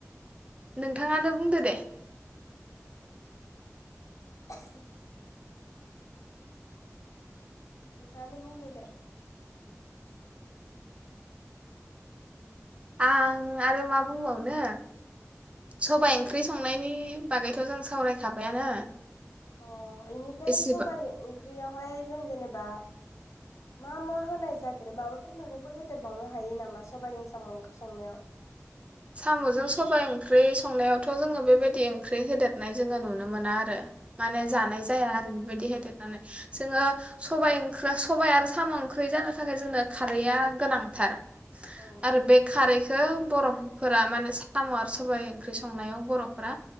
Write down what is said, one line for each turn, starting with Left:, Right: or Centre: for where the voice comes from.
Right: नोंथाङानो बुंदो दे।
Left: <inaudible> नोंथाङानो‌ बुंदो दे।
Right: आं आरो मा बुंबावनो सबाय इं ख्रि संनायनि बागै थ जों सावरायखाबायानो
Left: अ इनिफ्राय
Right: एसेबा
Left: सबाइ ओंख्रियावहाय जों जेनेबा मा मा होनाय जादेरो माबाफोर मैगंफोर होदेरबावनो हायो नामा सबायाइजों साम' ओंख्रि संनायाव??
Right: साम'जों सबाय ओंख्रि संनायावथ जोङो बेबायदि ओंख्रि होदेरनाय जोङो नुनो मोना आरो। माने जानाय
Left: औ
Right: जाया आरो बेबायदि होदेर जोङो सबाइ सबाइ आरो साम' ओंख्रि जानो थाखाय जोंनो खारैआ गोनां थार
Left: औ
Right: आरो बे खारै - खो बर' फोरा माने साम' आरो सबाइ ओंख्रि संनायाव बर'फोरा